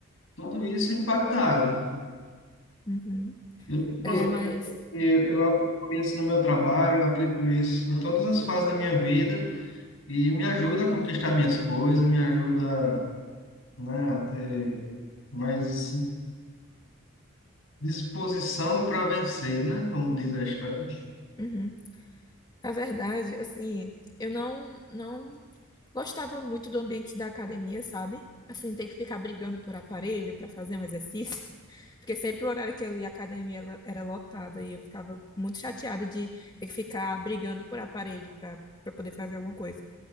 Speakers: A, on the left (about 65°); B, on the left (about 20°).
A: tudo isso impactado.
B: Uhum.
A: Eu, inclusive,
B: É, mas,
A: eu eu aplico isso no meu trabalho, eu aplico isso em todas as fases da minha vida e me ajuda a conquistar minhas coisas, me ajuda, né, a ter mais Disposição para vencer, né? Como diz a história.
B: uhum. Na verdade, assim, eu não, não gostava muito do ambiente da academia, sabe? Assim, ter que ficar brigando por aparelho para fazer um exercício. <laughs> Porque sempre o horário que eu ia à academia ela era lotada e eu ficava muito chateada de ter que ficar brigando por aparelho para para poder fazer alguma coisa.